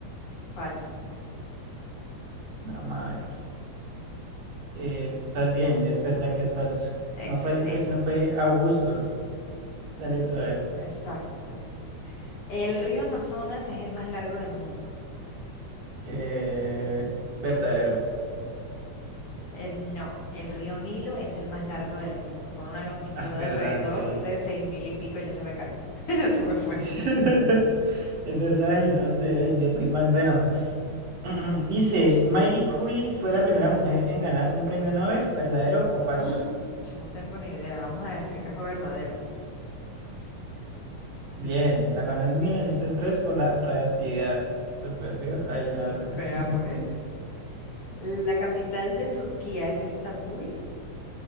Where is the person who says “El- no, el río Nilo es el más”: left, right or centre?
Left